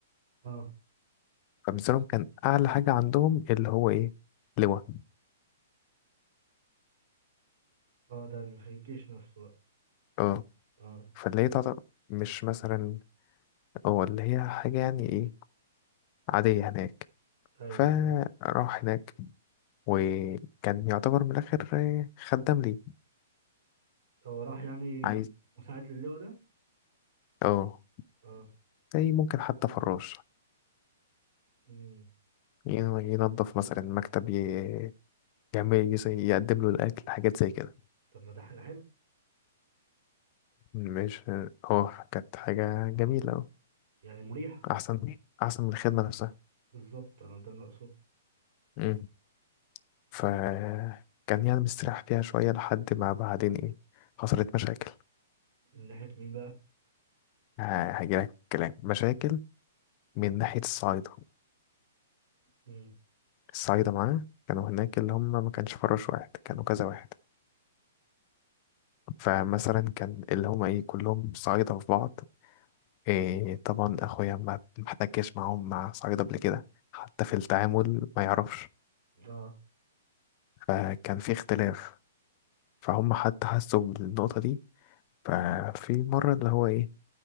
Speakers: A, on the right; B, on the left.
A: آه
B: فبالنسبة لهم كان اعلى حاجة عندهم اللي هو ايه لواء
A: آه ده اللي في الجيش نفسه بقى
B: اه
A: آه
B: فاللي هي تعتبر مش مثلا اه اللي هي حاجة يعني ايه عادية هناك
A: أيوه
B: فراح
A: فاهم
B: هناك وكان يعتبر من الآخر خدام ليه
A: هو راح يعني
B: عايز
A: مساعد للواء ده؟
B: اه
A: آه
B: زي ممكن حتى فراش
A: مم.
B: ين- ينظف مثلا مكتب ي... يعمل يس- يقدم له الأكل حاجات زي كده
A: طب ما ده حاجة حلوة
B: مش اه كانت حاجة جميلة اه
A: يعني مريحة
B: أحسن أحسن من الخدمة نفسها
A: بالظبط أنا ده اللي أقصده
B: مم. ف كان يعني مستريح فيها شوية لحد ما بعدين ايه حصلت مشاكل
A: من ناحية مين بقى؟
B: ه- هجيلك كلام مشاكل من ناحية الصعايدة
A: مم.
B: الصعايدة معانا كانوا هناك اللي هم ما كانش فراش واحد كانوا كذا واحد فمثلا كان اللي هم ايه كلهم صعايدة في بعض إيه طبعا اخويا ما ما احتكش معاهم مع صعيد قبل كده حتى في التعامل ما يعرفش
A: آه
B: فكان في اختلاف فهم حتى حسوا بالنقطة دي ففي مرة اللي هو ايه